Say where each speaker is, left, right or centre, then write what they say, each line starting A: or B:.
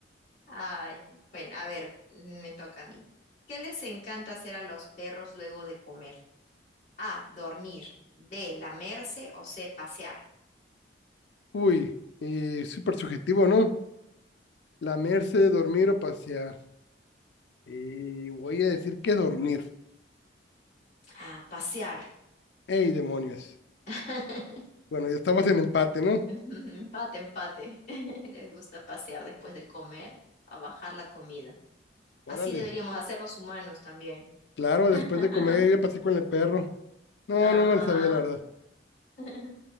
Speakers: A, on the left (about 40°); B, on the left (about 65°).
A: Ay, bueno, a ver, me toca a mí. ¿Qué les encanta hacer a los perros luego de comer? A, dormir. B, lamerse o C, pasear.
B: Uy, eh, súper subjetivo, ¿no? Lamerse,
A: Ujú.
B: dormir o pasear. Eh, voy a decir que dormir.
A: Ah, pasear.
B: ¡Ey, demonios!
A: <laughs>
B: Bueno, ya estamos en empate, ¿no?
A: Empate, empate. <laughs> Les gusta pasear después de comer, a bajar la comida.
B: Órale.
A: Así deberíamos hacer los humanos también. <laughs>
B: Claro, después de comer, ir a pasear con el perro. No,
A: Ajá.
B: no me lo sabía, la verdad.
A: <laughs>